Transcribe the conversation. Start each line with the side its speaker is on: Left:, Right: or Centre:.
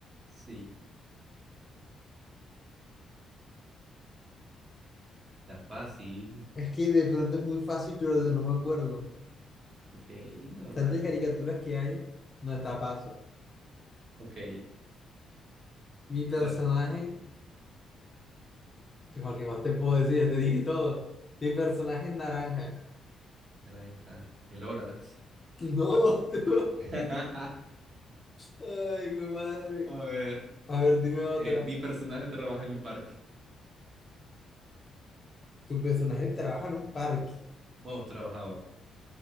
Right: Sí. Está fácil.
Left: Es que de pronto es muy fácil, pero de- no me acuerdo.
Right: Ok, normal.
Left: Tantas caricaturas que hay, no está a paso.
Right: Ok,
Left: Mi personaje,
Right: dale.
Left: que cualquier más te puedo decir, ya te dije todo. Mi personaje es naranja.
Right: Naranja. El Horatz.
Left: <laughs> No, tú.
Right: <laughs>
Left: Ay, mi madre.
Right: A ver,
Left: A ver, dime otra.
Right: eh, mi personaje trabaja en un parque.
Left: Tu personaje trabaja en un parque. <gasps>
Right: Bueno, trabajaba.